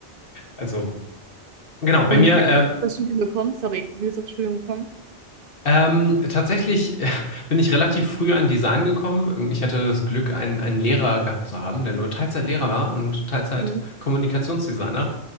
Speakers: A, on the left; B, on the right.
A: Also, genau, bei
B: Und
A: mir.
B: wie
A: äh,
B: bist du aufs Studium gekommen? Sorry, wie bist du aufs Studium gekommen?
A: Ähm, tatsächlich äh, bin ich relativ früh an Design gekommen. Ich hatte das Glück, einen, einen Lehrer gehabt zu haben, der nur Teilzeitlehrer war und Teilzeit-Kommunikationsdesigner.
B: Mhm.